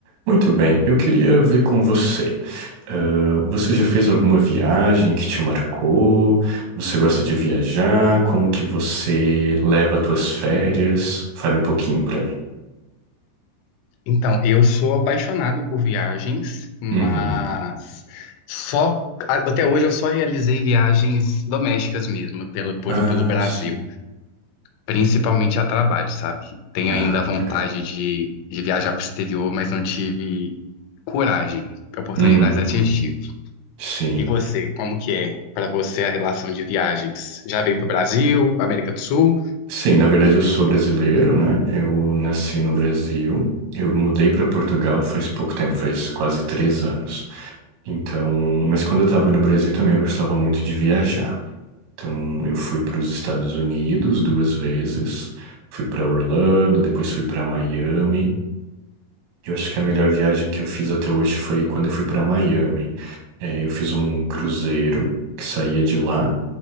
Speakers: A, on the right; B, on the left.
A: Muito bem, eu queria ver com você. Ah, você já fez alguma viagem que te marcou? Você gosta de viajar? Como que você leva suas férias? Fale um pouquinho pra mim.
B: Então, eu sou apaixonado por viagens, mas
A: Uhum.
B: só a- até hoje eu só realizei viagens domésticas mesmo, pelo, por-
A: Ah,
B: pelo Brasil,
A: sim.
B: principalmente a trabalho, sabe? Tenho
A: Ah,
B: ainda a vontade
A: legal.
B: de, de viajar para o exterior, mas não tive coragem, oportunidades
A: Uhum.
B: eu tive.
A: Sim.
B: E você, como que é para você a relação de viagens? Já veio para o Brasil, América do Sul?
A: Sim, na verdade eu sou brasileiro, né? Eu nasci no Brasil. Eu mudei para Portugal faz pouco tempo, faz quase três anos. Então, mas quando eu estava no Brasil também eu gostava muito de viajar. Então, eu fui para os Estados Unidos duas vezes, fui para Orlando, depois fui para Miami. Eu acho que a melhor viagem que eu fiz até hoje foi quando eu fui para Miami. É, eu fiz um cruzeiro que saía de lá